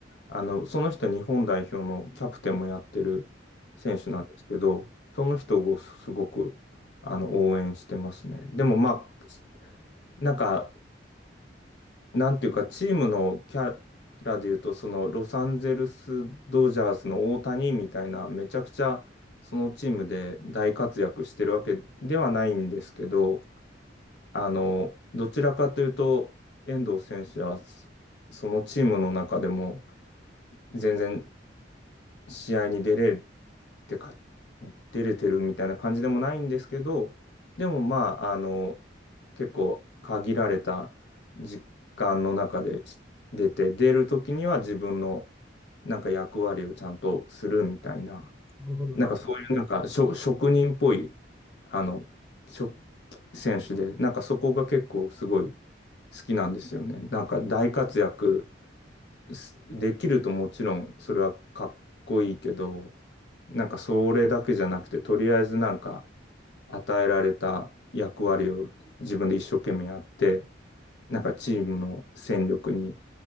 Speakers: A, on the left; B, in the centre.
A: あの、その人日本代表のキャプテンもやってる選手なんですけど、その人をすごくあの応援してますね。でもまあなんか、なんていうか、チームのキャラでいうと、そのロサンゼルス・ドジャースの大谷みたいな、めちゃくちゃそのチームで大活躍してるわけではないんですけど、あの、どちらかというと、遠藤選手はそそのチームの中でも全然試合に出れてか出れてるみたいな感じでもないんですけど、でもまあ、あの、結構限られた時間の中でし出て、出る時には自分のなんか役割をちゃんとするみたいな、
B: なるほど、
A: なんかそういうなんかしょ職人っぽい、
B: な
A: あの、職選手で、なんかそこが結構すごい好きなんですよね。なんか大活躍すできるともちろんそれはかっこいいけど、なんかそれだけじゃなくて、とりあえずなんか与えられた役割を自分で一生懸命やって、なんかチームの戦力に